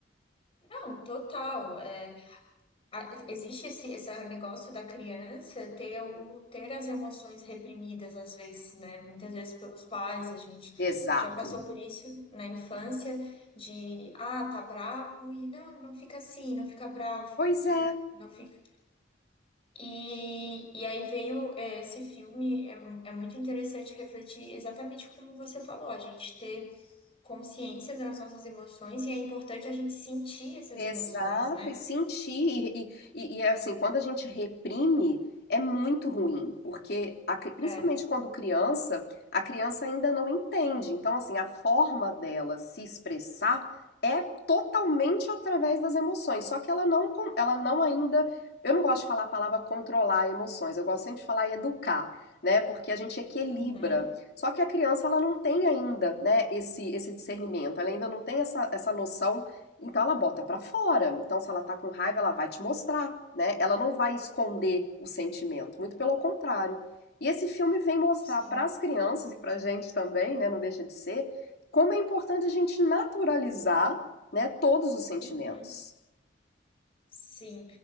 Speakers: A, on the left; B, on the left.
A: Não, total. é, a- Existe esse, esse negócio da criança ter, o, ter as emoções reprimidas, às vezes, né? Muitas vezes pelos pais, a gente
B: Exato.
A: já passou por isso na infância, de, ah, tá bravo, e não, não fica assim, não fica bravo,
B: Pois
A: não fica,
B: é,
A: não fica. E, e aí veio, eh, esse filme, é, mu- é muito interessante refletir exatamente como você falou, a gente ter consciência das nossas emoções, e é importante a gente sentir essas
B: Exato,
A: emoções, né?
B: e sentir, e, e, e é assim, quando a gente reprime, é muito ruim, porque a cri- principalmente
A: É.
B: quando criança, a criança ainda não entende. Então, assim, a forma dela se expressar é totalmente através das emoções, só que ela não, con- ela não ainda, eu não gosto de falar a palavra controlar emoções, eu gosto sempre de falar educar, né? Porque a gente equilibra.
A: Uhum.
B: Só que a criança, ela não tem ainda, né, esse, esse discernimento, ela ainda não tem essa, essa noção então ela bota pra fora. Então se ela tá com raiva, ela vai te mostrar, né? Ela não vai esconder o sentimento, muito pelo contrário. E esse filme vem mostrar
A: Sim,
B: para as crianças e pra gente também, né, não deixa de ser, como é importante a gente naturalizar, né, todos os sentimentos.
A: uhum, sim.